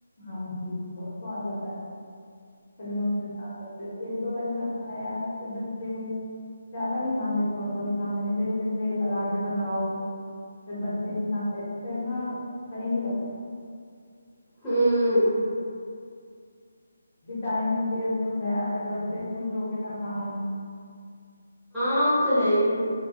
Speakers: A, on the left; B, in the centre.
A: ਹਾਂਜੀ ਬਹੁਤ ਸਵਾਦ ਲੱਗਦਾ। ਸਾਰੀ ਮੰਮੀ ਬਣਾਉਂਦੇ ਹੁੰਦੇ ਇੱਕ ਦੋ ਵਾਰੀ ਮੈਂ ਬਣਾਇਆ ਤੇ ਬੱਚੇ ਜ਼ਿਆਦਾ ਨੀ ਖਾਂਦੇ ਥੋੜਾ ਥੋੜਾ ਖਾਂਦੇ ਨੇ ਫਿਰ ਇੱਕੇਟ ਲਗਾ ਕੇ ਬਣਾਓ। ਫਿਰ ਬੱਚੇ ਨਹੀਂ ਖਾਂਦੇ ਫਿਰ ਨਾ ਸਹੀ ਨਹੀਂ ਲੱਗਦਾ।
B: ਹਮ
A: ਟਾਈਮ ਵੀ ਵੇਸਟ ਹੁੰਦਾ ਹੈ ਫਿਰ ਬੱਚੇ ਖੁਸ਼ ਹੋ ਕੇ ਨਾ ਖਾਣ।
B: ਹਾਂ ਹੋ ਤਾਂ ਹੈ ਹੀ।